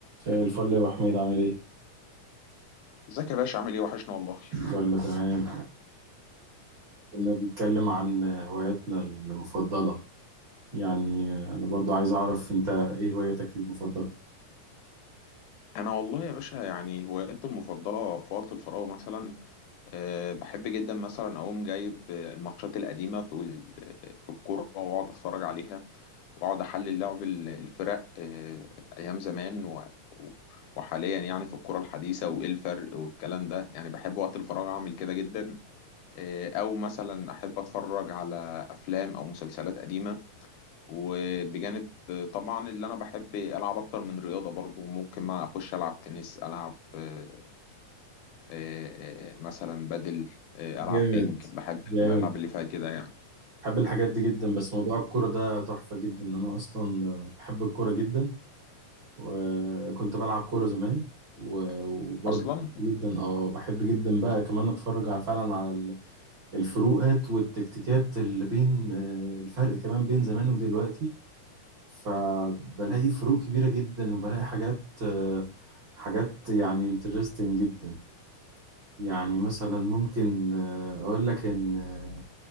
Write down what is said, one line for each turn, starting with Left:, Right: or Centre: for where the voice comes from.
Right: زي الفل يا ابو حميد عامل ايه
Left: ازيك يا باشا عامل ايه وحشنا والله
Right: كله تمام كنا بنتكلم عن هواياتنا المفضله يعني انا برضو عايز اعرف انت ايه هواياتك المفضله
Left: انا والله يا باشا يعني هواياتي المفضله في وقت الفراغ مثلا أه بحب جدا مثلا اقوم جايب آه، الماتشات القديمه في ال- آه، في الكوره واقعد اتفرج عليها واقعد احلل لعب ال- الفرق أه ايام زمان و و- وحاليا يعني في الكوره الحديثه وايه الفرق والكلام ده يعني بحب وقت الفراغ اعمل كده جدا أه او مثلا احب اتفرج على افلام او مسلسلات قديمه وبجانب طبعا اللي انا بحب العب اكتر من رياضه برضو ممكن ما اخش العب تنس العب آه، آه، مثلا بدل آه،
Right: جامد
Left: العب بينج بحب
Right: جامد
Left: الالعاب اللي فيها كده يعني
Right: بحب الحاجات دي جدا بس موضوع الكوره ده تحفه جدا انا اصلا بحب الكوره جدا وكنت بلعب كوره زمان و- وبرضو
Left: اصلا
Right: بحب جدا اه بحب جدا بقى كمان اتفرج على فعلا على ال- الفروقات والتكتيكات اللي بين آه، الفرق كمان بين زمان ودلوقتي فبلاقي فروق كبيرة جدا وبلاقي حاجات آه، حاجات يعني انترستنج جدا يعني مثلا ممكن آه، أقول لك إن آه،